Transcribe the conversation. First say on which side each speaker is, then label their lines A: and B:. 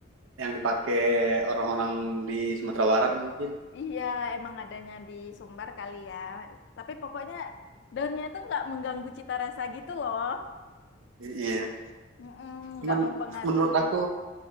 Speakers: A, on the right; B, on the left.
A: yang dipakai orang-orang di Sumatera Barat mungkin
B: Iya, emang adanya di Sumbar kali ya. Tapi pokoknya daunnya tuh enggak mengganggu cita rasa gitu loh.
A: iya
B: Mm-mm, enggak
A: Men-
B: mempengaruhi
A: menurut aku